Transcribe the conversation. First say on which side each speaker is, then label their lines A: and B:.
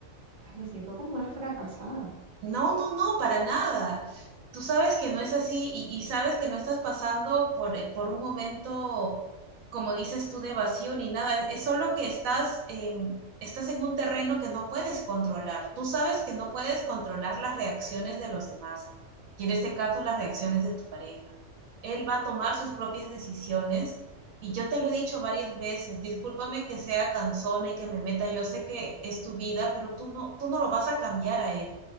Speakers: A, on the right; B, on the right.
A: ah, me siento como una fracasada.
B: No, no, no, para nada. Tú sabes que no es así y, y sabes que no estás pasando por, eh, por un momento, como dices tú, de vacío ni nada. Es, es solo que estás, em, estás en un terreno que no puedes controlar. Tú sabes que no puedes controlar las reacciones de los demás y en este caso las reacciones de tu pareja. Él va a tomar sus propias decisiones y yo te lo he dicho varias veces. Discúlpame que sea cansona y que me meta. Yo sé que es tu vida, pero tú no, tú no lo vas a cambiar a él